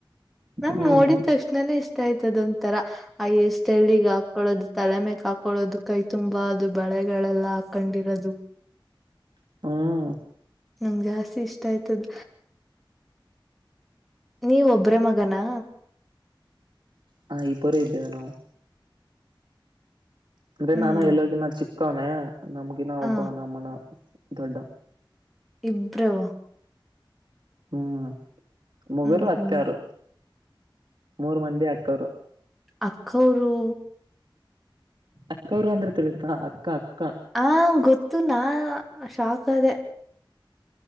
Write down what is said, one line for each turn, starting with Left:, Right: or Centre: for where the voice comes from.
Centre: ನಂಗ್
Right: ಹ್ಮ್
Centre: ನೋಡಿದ ತಕ್ಷ್ಣಾನೇ ಇಷ್ಟ ಆಯ್ತದ ಒಂತರ ಅ ಹೇರ್ ಸ್ಟೈಲ್ಗೆ ಹಾಕಳೋದು ತಲೆಮೆಕ್ ಹಾಕಳೋದು ಕೈ ತುಂಬಾ ಅದು ಬಳೆಗಳೆಲ್ಲ ಹಾಕೊಂಡಿರೋದು
Right: <unintelligible>
Centre: ನಂಗ್ ಜಾಸ್ತಿ ಇಷ್ಟ ಆಯ್ತದು. ನೀವು ಒಬ್ರೆ ಮಗನಾ?
Right: ಹಾಂ ಇಬ್ಬರ ಇದ್ದೇವೆ ನಾವು. ಅಂದ್ರೆ
Centre: ಹ್ಮ್
Right: ನಾನು ಎಲ್ಲರಿಗಿನ್ನ ಚಿಕ್ಕವನ ನಮಗಿನ ಒಬ್ಬ
Centre: ಆ
Right: ನಮ್ಮಣ್ಣ ದೊಡ್ಡ
Centre: ಇಬ್ಬರು
Right: ಹ್ಮ್ ಮಗೋರು
Centre: ಹ್ಮ್
Right: ಅಕ್ಕವರು
Centre: ಹ್ಮ್
Right: ಮೂರ್ ಮಂದಿ ಅಕ್ಕವರು
Centre: ಅಕ್ಕೌರು
Right: ಅಕ್ಕವರು ಅಂದ್ರೆ ತಿಳಿತಾ ಅಕ್ಕ ಅಕ್ಕ
Centre: ಹ ಗೊತ್ತು ನಾ ಶಾಕ್ ಅದೆೇ